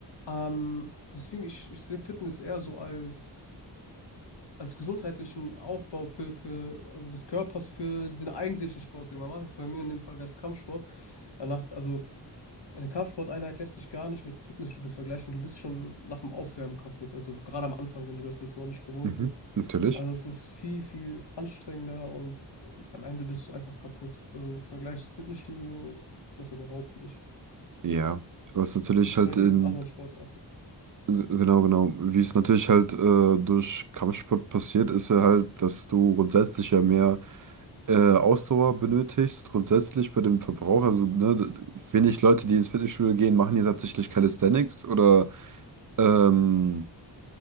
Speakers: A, on the left; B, on the right.
A: Ähm, deswegen, ich, ich sehe Fitness eher so als, als gesundheitlichen Aufbau für, für, also des Körpers für den eigentlichen Sport, den man macht. Jetzt bei mir in dem Fall wäre es Kampfsport. Danach, also eine Kampfsporteinheit lässt sich gar nicht mit Fitnessstudio vergleichen. Du bist schon nach dem Aufwärmen kaputt. Also gerade am Anfang, wenn du das jetzt noch nicht gewohnt
B: mhm,
A: bist.
B: natürlich.
A: Also es ist viel, viel anstrengender und ähm, am Ende bist du einfach kaputt. Also im Vergleich zum Fitnessstudio ist das überhaupt nicht.
B: Ja. Was natürlich
A: Wie ist
B: halt
A: es bei dir
B: in,
A: mit anderen Sportarten?
B: g- genau, genau, wie es natürlich halt äh, durch Kampfsport passiert, ist ja halt, dass du grundsätzlich ja mehr äh, Ausdauer benötigst, grundsätzlich bei dem Verbrauch. Also, ne, d- wenig Leute, die ins Fitnessstudio gehen, machen ja tatsächlich Calisthenics oder ähm,